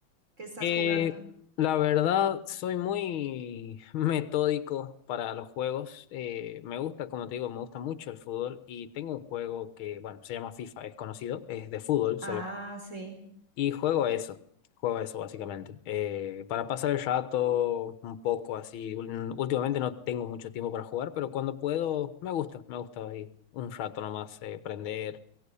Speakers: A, on the right; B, on the left.
A: ¿Qué estás
B: Eh,
A: jugando?
B: la verdad, soy muy <laughs> metódico para los juegos. Eh, me gusta, como te digo, me gusta mucho el fútbol y tengo un juego que, bueno, se llama FIFA, es conocido, es de fútbol solo.
A: Ah, sí.
B: Y juego a eso, juego a eso básicamente. Eh, para pasar el rato un poco así, un- últimamente no tengo mucho tiempo para jugar, pero cuando puedo, me gusta, me gusta ahí un rato nomás, eh, prender